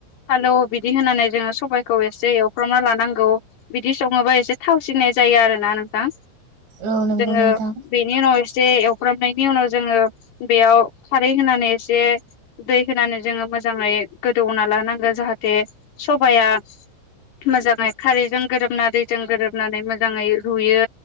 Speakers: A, on the left (about 55°); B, on the right (about 60°).
A: फालौ बिदि होनानै जोङो सबबायखौ एसे एवफ्रामना लानांगौ बिदि सङोबा एसे थावसिननाय जायो आरो ना नोंथां
B: औ नंगौ
A: जोङो
B: नोंथां
A: बेनि उनाव एसे एव फ्रामनायनि उनाव जोङो बेयाव खारै होनानै एसे दै होनानै जोङो मोजां मोजाङै गोदौना लानांगौ जाहाथे सबाया मोजाङै खारैजों गोरोबना दैजों गोरोबनानै मोजाङै रुयो